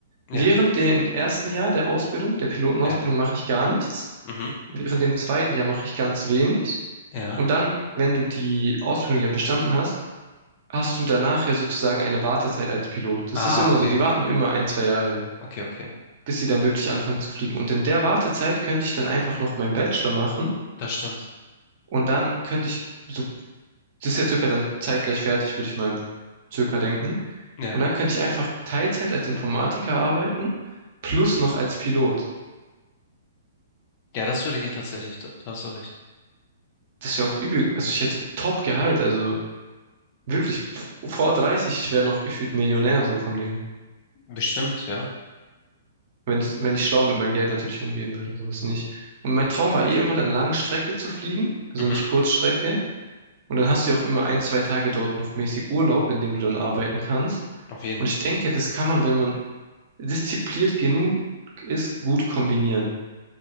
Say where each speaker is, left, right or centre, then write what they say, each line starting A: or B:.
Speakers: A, on the left; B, on the right.
A: Ja,
B: Während dem ersten Jahr der Ausbildung, der Pilotenausbildung,
A: ja,
B: mache ich gar nichts.
A: mhm.
B: Während dem zweiten Jahr mache ich ganz wenig.
A: Ja.
B: Und dann, wenn du die Ausbildung ja bestanden hast, hast du danach ja sozusagen eine Wartezeit als Pilot. Das
A: Ah,
B: ist immer
A: okay.
B: so, die warten immer ein, zwei Jahre,
A: Okay, okay.
B: bis sie dann wirklich anfangen zu fliegen. Und in der Wartezeit könnte ich dann einfach noch meinen Bachelor machen
A: Das stimmt.
B: und dann könnte ich, so, das ist ja circa dann zeitgleich fertig, würde ich mal circa denken.
A: Ja.
B: Und dann könnte ich einfach Teilzeit als Informatiker arbeiten, plus noch als Pilot.
A: Ja, das würde gehen tatsächlich. Da, da hast du recht.
B: Das ist ja auch übel, also ich hätte Top-Gehalt, also wirklich, f- vor 30, ich wäre noch gefühlt Millionär so vom Ding.
A: Bestimmt, ja.
B: Wenn ich, wenn ich schlau mit meinem Geld natürlich umgehen würde, so ist nicht. Und mein Traum war eh immer dann Langstrecke zu fliegen, also
A: Mhm.
B: nicht Kurzstrecke. Und dann hast du ja auch immer ein, zwei Tage dort noch mäßig Urlaub, in dem du dann arbeiten kannst.
A: Auf jeden.
B: Und ich denke, das kann man, wenn man diszipliniert genug ist, gut kombinieren.